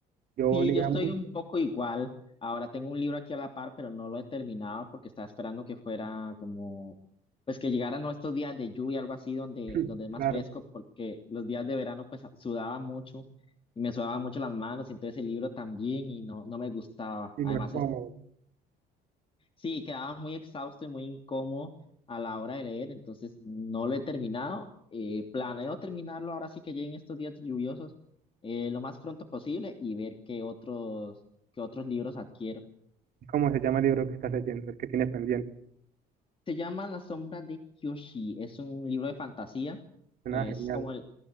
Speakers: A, on the right; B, on the left.
A: Yo
B: Sí,
A: leía
B: yo estoy
A: mucho,
B: un poco igual. Ahora tengo un libro aquí a la par, pero no lo he terminado porque estaba esperando que fuera como, pues que llegaran ¿no? estos días de lluvia, algo así, donde,
A: <clears throat>
B: donde es más
A: claro.
B: fresco, porque los días de verano pues sudaba mucho y me sudaban mucho las manos, y entonces el libro también y no, no me gustaba.
A: Y
B: Además,
A: no es cómodo.
B: Sí, quedaba muy exhausto y muy incómodo a la hora de leer, entonces no lo he terminado. Eh, planeo terminarlo ahora sí que lleguen estos días lluviosos eh, lo más pronto posible y ver qué otros, qué otros libros adquiero.
A: ¿Cómo se llama el libro que estás leyendo? El que tienes pendiente.
B: Se llama La sombra de Kyoshi, es un libro de fantasía,
A: Suena
B: es
A: genial.
B: como el,